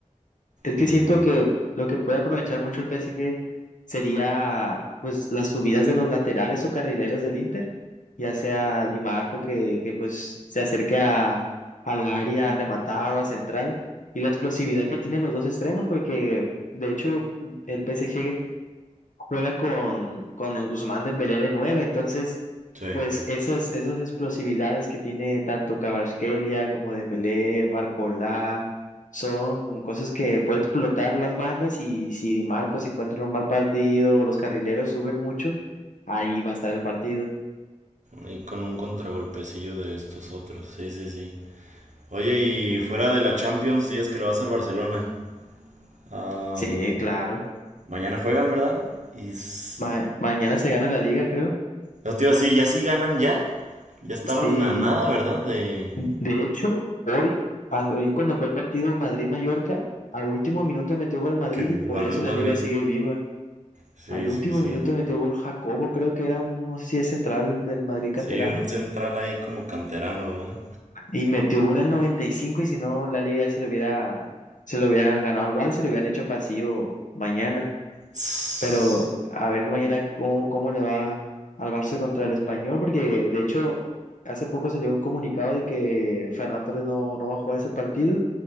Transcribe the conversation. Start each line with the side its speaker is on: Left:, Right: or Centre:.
Left: Es que
Right: Y
Left: siento que lo que puede aprovechar mucho el PSG sería pues las subidas de los laterales o carrileros del Inter, ya sea Di Marco que, que pues se acerque a, al área a rematar o a centrar y la explosividad que tienen los dos extremos porque de hecho el PSG juega con, con el Ousmane Dembélé de 9, entonces,
Right: sí,
Left: pues esas, esas explosividades que tiene tanto Kvaratskhelia como Dembélé, Barcola, son cosas que puede explotar las bandas y si Di Marcos encuentra un mal partido o los carrileros suben mucho, ahí va a estar el partido.
Right: y con un contragolpecillo de estos otros. Sí, sí, sí. Oye, y fuera de la Champions, días que le vas al Barcelona. Am,
Left: Sí, claro.
Right: mañana juegan, ¿verdad? Y s-
Left: Ma- mañana se gana la liga, creo.
Right: yo te iba a decir, ya sí ganan ya. Ya estaban
Left: Sí,
Right: a nada, ¿verdad? De
Left: de hecho, hoy, a- hoy cuando fue el partido Madrid-Mallorca, a último minuto metió gol el Madrid
Right: que
Left: y por
Right: ganó
Left: eso
Right: el Madrid.
Left: la liga sigue viva.
Right: Sí,
Left: Al último
Right: sí, sí.
Left: minuto metió gol Jacobo, creo que era un, no sé si es central del Madrid
Right: Sí,
Left: canterano,
Right: un central ahí como canterano, ¿verdad?
Left: y metió gol al 95 y cinco y si no la liga ya se lo hubiera, se lo hubieran ganado al Barça, se le hubieran hecho pasillo mañana.
Right: Tss,
Left: Pero a ver mañana cómo, cómo le va al Barça contra el Español, porque de hecho hace poco salió un comunicado de que Ferran Torres no, no va a jugar ese partido,